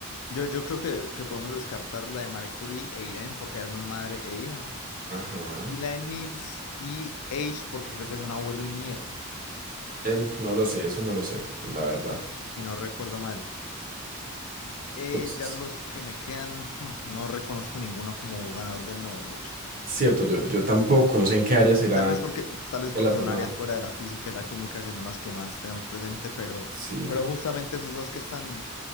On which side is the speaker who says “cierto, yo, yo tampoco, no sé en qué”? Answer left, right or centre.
Right